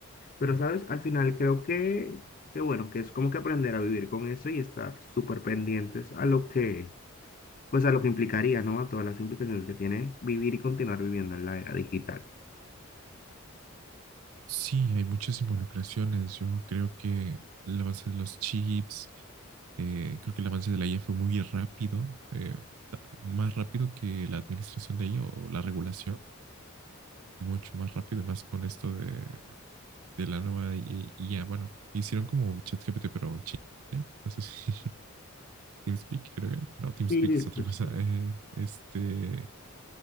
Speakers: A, on the left; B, on the right.
A: Pero, ¿sabes? Al final creo que, que bueno, que es como que aprender a vivir con eso y estar súper pendientes a lo que, pues a lo que implicaría, ¿no? A todas las implicaciones que tiene vivir y continuar viviendo en la era digital.
B: Sí, hay muchas involucraciones. Yo creo que el avance de los chips, eh, creo que el avance de la IA fue muy rápido, eh, más rápido que la administración de ella o la regulación, mucho más rápido, y más con esto de, de la nueva IA. Bueno, hicieron como ChatGPT, pero China, no sé si <laughs> TeamSpeak, creo que era. No, TeamSpeak
A: Sí,
B: es otra
A: pues,
B: cosa. eh, este,